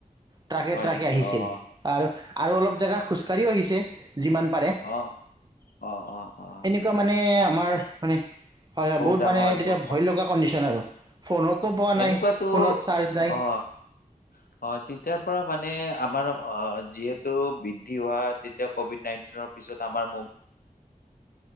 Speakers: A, on the right; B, on the left.
A: ট্ৰাকে
B: হয়
A: ট্ৰাকে
B: নেকি
A: আহিছিল
B: অ'
A: আৰু আৰু অলপ
B: হয়
A: জেগা খোজকাঢ়িও আহিছে। যিমান পাৰে।
B: অ' অ' অ' অ'।
A: এনেকুৱা মানে আমাৰ মানে হয় হয় বহুত
B: ডাঙৰ
A: মানে
B: এনেকুৱা
A: তেতিয়া।
B: খং
A: ভয় লগা কণ্ডিশ্যন আৰু। ফোনতো পোৱা নাই
B: এনেকুৱাতো
A: ফোনত
B: অ
A: চাৰ্জ নাই
B: অ তেতিয়াৰ পৰা মানে আমাৰ। অ যিহেতু বৃদ্ধি হোৱা তেতিয়া ক'ভিড নাইণ্টিনৰ পিছত আমাৰ ম।